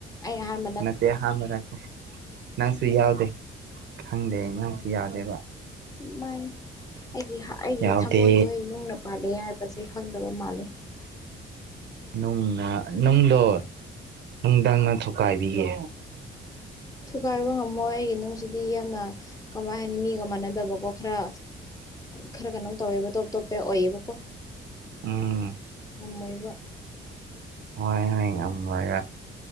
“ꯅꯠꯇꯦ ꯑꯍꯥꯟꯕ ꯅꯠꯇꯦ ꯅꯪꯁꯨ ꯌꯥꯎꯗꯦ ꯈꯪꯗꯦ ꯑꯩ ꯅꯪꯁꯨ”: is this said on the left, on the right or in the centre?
Right